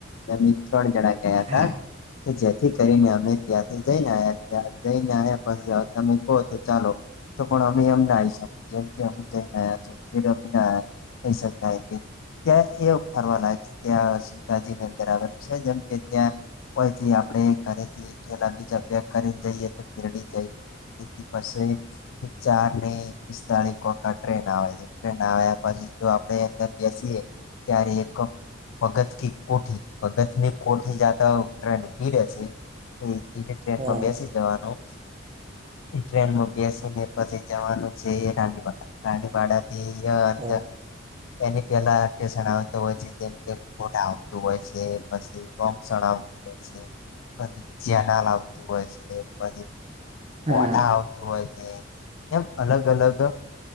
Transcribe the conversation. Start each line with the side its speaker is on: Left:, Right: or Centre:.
Left: જમીન ત્રણ જણા. ગયાતા,
Right: હા
Left: કે જેથી કરીને અમે ત્યાંથી જઈને ત જઈને. બસ તમે કહો તો ચાલો. તો પણ અમે એમ ના આવી શકે જેમ કે અ જને છોમી ના. એ શાય ત્યાં એવ ફરવા લાગે છે, ત્યાં સુતાજી ની અંદર આવેલા. જેમ કે ત્યાં, કોઈથી આપણે ઘરેથીલા બીજા પે કરીને જઈએ તો પરડી. જ એથી પાસે ચાર ને પિસ્તાળસ વકા ટ્રેન આવે છે. નાયા પછી જો આપણે અંદર બેસીએ, ત્યારે એક ભગત કે કોઠી ભગતની કોઠી જાતા ટ્રેનીડે છે. એ ટ્રેનમાં
Right: હા
Left: બેસી જવાનું. એ ટ્રેનમાં બેસીને પછી જવાનું છે રાનીવાડા, રાનીવાડા ધીયાજ.
Right: હા
Left: એને કેલા ટેશન આવતો હોય છે જેમ કે કોઠા આવતું હોય છે પછી ગોમશણ આવતું હોય છે, પછી ચેનાલ આવતું હોય છે, પછી
Right: હા
Left: વઠા આવતું હોય છે, એમ અલગ અલગ.